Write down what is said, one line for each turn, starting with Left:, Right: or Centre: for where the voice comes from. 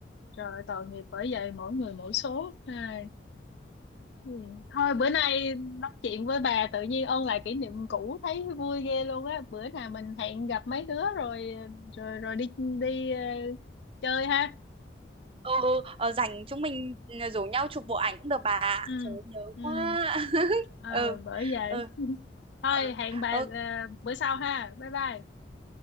Left: Rồi tội nghiệp bởi vậy mỗi người mỗi số. Ai, ừ. Thôi bữa nay nói chuyện với bà tự nhiên ôn lại kỷ niệm cũ thấy vui ghê luôn á. Bữa nào mình hẹn gặp mấy đứa rồi rồi rồi đi đi ờ, chơi ha.
Right: ừ ừ, ờ, rảnh chúng mình ừ, rủ nhau chụp bộ ảnh cũng được bà ạ.
Left: Ừ.
Right: trời ơi, nhớ
Left: Ừ.
Right: quá <laughs>
Left: ờ
Right: ừ
Left: bởi vậy
Right: ừ
Left: <laughs> thôi
Right: ừ
Left: hẹn bà
Right: ừ,
Left: ờ, bữa sau ha bye bye